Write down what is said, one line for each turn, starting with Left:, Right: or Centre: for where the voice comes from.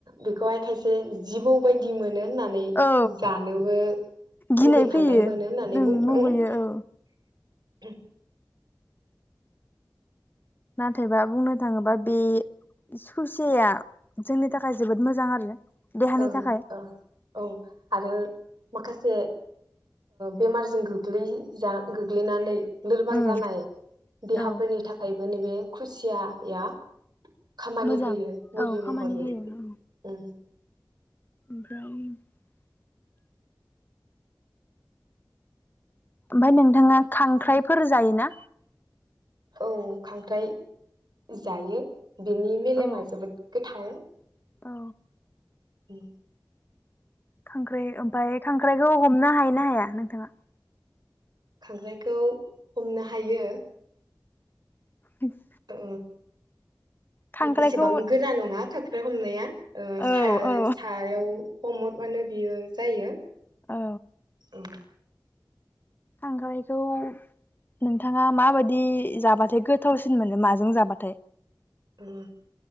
Right: बेखौहाय खायसे जिबौ बायदि मोनो होननानै
Left: औ
Right: जानोबो
Left: गिनाय
Right: मुगैखांनाय
Left: फैयो
Right: मोनो होननानै
Left: ओं
Right: बुंदों।
Left: मुगैयो
Right: उम।
Left: औ नाथायबा बुंनो थाङोबा बे सुसेया जोंनि थाखाय जोबोद मोजां आरो देहानि
Right: ओं
Left: थाखाय
Right: ओ औ औ आरो मा माखासे बेमारजों गोग्लै गोग्लैनानै लोरबां
Left: उम
Right: जानाय देहाफोरनि
Left: औ
Right: थाखाय नैबे खुसियाया खामानि
Left: मोजां
Right: होयो मुलि
Left: औ खामानि
Right: महरै
Left: होयो औ
Right: ओम
Left: <inaudible> ओमफ्राय नोंथाङा खांख्राइफोर जायोना?
Right: औ खांख्राइ जायो बिनि मेलेमा
Left: औ
Right: जोबोद गोथाव।
Left: औ
Right: उम
Left: खांख्राइ ओमफ्राय खांख्राइ खौ हमनो हायोना हाया नोंथाङा?
Right: खांख्रायखौ हमनो हायो
Left: <unintelligible>
Right: ओ
Left: खांख्राइखौ
Right: एसेबां गोरा नङा खां ख्राय हमनाया ओ
Left: औ
Right: साया
Left: औ
Right: सायाव हमहरबानो बियो जायो
Left: औ
Right: ओ
Left: खांख्रायखौ नोंथाङा माबायदि जाबाथाय गोथावसिन मोनो माजों जाबाथाय?
Right: ओम